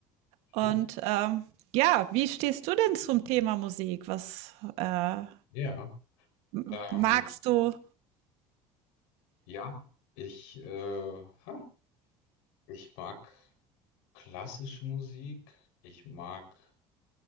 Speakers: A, on the left; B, on the right.
A: schön.
B: Und ähm, ja, wie stehst du denn zum Thema Musik? Was äh,
A: Ja.
B: m-
A: Ähm,
B: magst du?
A: ja, ich, äh, ha, ich mag klassische Musik. Ich mag